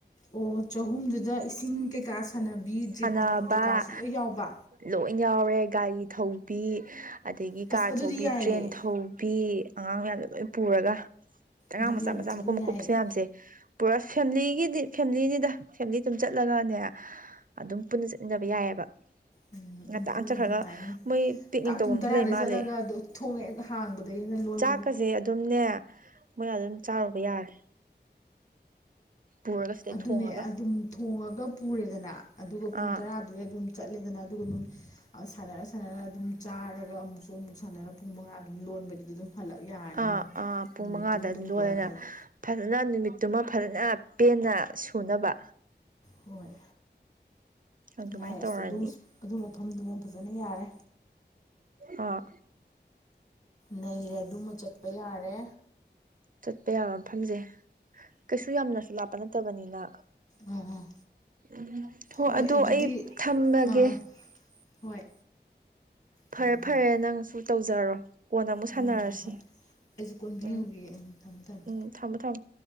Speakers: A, on the left (about 40°); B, on the right (about 50°).
A: ꯑꯣ ꯆꯍꯨꯝꯗꯨꯗ ꯏꯁꯤꯡ ꯀꯩꯀꯥ ꯁꯥꯟꯅꯕꯤ
B: ꯁꯥꯟꯅꯕ
A: ꯖꯤꯞ ꯅꯨꯡ ꯀꯩꯀꯥꯁꯨ ꯂꯣꯏ ꯌꯥꯎꯕ
B: ꯂꯣꯏ ꯌꯥꯎꯔꯦ ꯒꯥꯔꯤ ꯊꯧꯕꯤ ꯑꯗꯒꯤ
A: ꯑꯁ
B: ꯀꯥꯔ
A: ꯑꯗꯨꯗꯤ
B: ꯊꯧꯕꯤ
A: ꯌꯥꯏꯌꯦ
B: ꯇ꯭ꯔꯦꯟ ꯊꯧꯕꯤ ꯑꯉꯥꯡ ꯂꯣꯏ ꯄꯨꯔꯒ ꯑꯉꯥꯡ
A: ꯑꯗꯨꯗꯤ
B: ꯃꯆꯥ
A: ꯌꯥꯝ
B: ꯃꯆꯥ
A: ꯊꯤꯅ
B: ꯃꯀꯨꯞ ꯃꯀꯨꯞꯁꯦꯌꯥꯝꯁꯦ
A: ꯌꯥꯏꯌꯦ
B: ꯄꯨꯔꯥ ꯐꯦꯃꯤꯂꯤꯒꯤꯗꯤ ꯐꯦꯂꯤꯗꯨꯗ ꯐꯦꯃꯤꯂꯤ ꯑꯗꯨꯝ ꯆꯠꯂꯒꯅꯦ ꯑꯗꯨꯝ ꯄꯨꯟꯅ ꯆꯠꯃꯤꯟꯅꯕ ꯌꯥꯏꯑꯕ
A: ꯎꯝ
B: ꯉꯟꯇꯥꯅ
A: ꯎꯝ
B: ꯆꯠꯈ꯭ꯔꯒ
A: ꯌꯥꯝ ꯅꯨꯡꯉꯥꯏꯅꯤ
B: ꯃꯣꯏ ꯄꯤꯛꯅꯤꯛ ꯇꯧꯕꯝꯁꯨ
A: ꯄꯨꯡ ꯇꯔꯥꯗꯩ
B: ꯂꯩ ꯃꯥꯜꯂꯦ
A: ꯆꯠꯂꯒ ꯑ ꯊꯣꯡꯉ ꯍꯦꯛ ꯍꯥꯡꯕꯗꯒꯤꯅ ꯂꯣꯟ
B: ꯆꯥꯛꯀꯁꯦ ꯑꯗꯨꯝꯅꯦ ꯃꯣꯏ ꯑꯗꯨꯝ ꯆꯥꯔꯨꯕ ꯌꯥꯔꯦ ꯄꯨꯔꯒ ꯁꯤꯗꯩ
A: ꯑꯗꯨꯅꯦ
B: ꯊꯣꯡꯉꯒ
A: ꯑꯗꯨꯝ ꯊꯣꯡꯉꯒ ꯄꯨꯔꯦꯗꯅ ꯑꯗꯨꯒ ꯄꯨꯡ
B: ꯑꯥ
A: ꯇꯔꯥꯗꯨꯗꯩ ꯑꯗꯨꯝ ꯆꯠꯂ ꯆꯠꯂꯦꯗꯅ ꯑꯗꯨꯒ ꯑꯗꯨꯝ ꯁꯥꯟꯅꯔ ꯁꯥꯟꯅꯔ ꯑꯗꯨꯝ ꯆꯥꯔꯒ ꯑꯃꯨꯛꯁꯨ ꯑꯃꯨꯛ ꯁꯥꯟꯅꯔ ꯄꯨꯡ ꯃꯉꯥ ꯑꯗꯨꯝ ꯂꯣꯟꯕꯗꯨꯗ ꯑꯗꯨꯝ ꯍꯜꯂꯛ ꯌꯥꯔꯅꯤ
B: ꯑꯥ
A: ꯑꯗꯨꯝ
B: ꯑꯥ ꯄꯨꯡ
A: ꯅꯨꯃꯤꯠꯇꯨꯃ
B: ꯃꯉꯥꯗ
A: ꯑꯗꯨꯝ
B: ꯂꯣꯜꯂꯅ
A: ꯀꯣꯟꯅꯅꯕ
B: ꯐꯖꯅ ꯅꯨꯃꯤꯠꯇꯨꯃ ꯐꯖꯅ ꯄꯦꯟꯅ ꯁꯨꯅꯕ
A: ꯍꯣꯏ
B: ꯑꯗꯨꯃꯥꯏꯅ
A: ꯌꯥꯔꯦ
B: ꯇꯧꯔꯅꯤ
A: ꯑꯁ ꯑꯗꯨ ꯑꯗꯨ ꯃꯐꯝꯗꯨꯃ ꯐꯖꯅ ꯌꯥꯔꯦ
B: ꯑ
A: ꯅꯩꯔꯦ ꯑꯗꯨꯃ ꯆꯠꯄ ꯌꯥꯔꯦ
B: ꯆꯠꯄ ꯌꯥꯕ ꯃꯐꯝꯁꯦ ꯀꯩꯁꯨ ꯌꯥꯝꯅꯁꯨ ꯂꯥꯞꯄ ꯅꯠꯇꯕꯅꯤꯅ
A: ꯑꯥ ꯑꯥ
B: ꯎꯝ ꯍꯣ
A: ꯍꯣꯏ
B: ꯑꯗꯨ
A: ꯑꯗꯨꯗꯤ
B: ꯑꯩ ꯊꯝꯃꯒꯦ
A: ꯑꯥ ꯑꯥ ꯍꯣꯏ
B: ꯐꯔꯦ
A: ꯊꯝꯃꯣ ꯊꯝꯃꯣ
B: ꯐꯔꯦ ꯅꯪꯁꯨ ꯇꯧꯖꯔꯣ ꯀꯣꯟꯅ ꯑꯃꯨꯛ
A: ꯍꯣꯏ
B: ꯁꯥꯟꯅꯔꯁꯤ
A: ꯍꯣꯏ ꯍꯣꯏ ꯑꯩꯁꯨ ꯀꯣꯟ ꯐꯦꯡꯉꯨꯒꯤꯒꯦ
B: ꯎꯝ
A: ꯊꯝꯃꯦ ꯊꯝꯃꯦ
B: ꯎꯝ ꯊꯝꯃꯣ ꯊꯝꯃꯣ